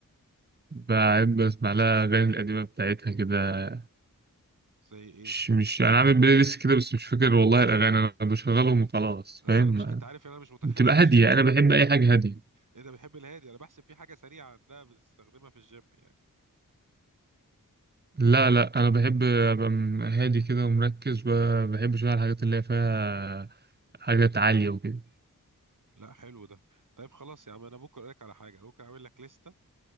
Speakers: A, on the right; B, on the right.
A: بحب اسمع لها الاغاني القديمه بتاعتها كده
B: زي ايه
A: مش مش انا عامل بلاي ليست كده بس مش فاكر والله الاغاني انا بشغلهم وخلاص
B: اصل
A: فاهم
B: انا
A: ما-
B: مش انت عارف ان انا مش متخيل
A: بتبقى هاديه
B: شيرين
A: انا بحب اي حاجه هاديه
B: انت بتحب الهادي انا بحسب في حاجه سريعه عندها بتستخدمها في الجيم يعني
A: لا لا انا بحب ابقى م- هادي كده ومركز ما بحبش بقى الحاجات اللي هي فيها حاجات عاليه وكده
B: لا حلو ده طيب خلاص يا عم انا ممكن اقول لك على حاجه أنا ممكن اعمل لك لسته